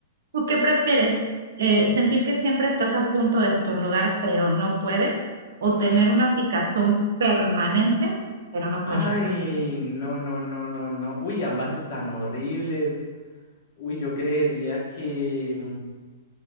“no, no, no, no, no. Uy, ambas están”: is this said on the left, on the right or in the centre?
Left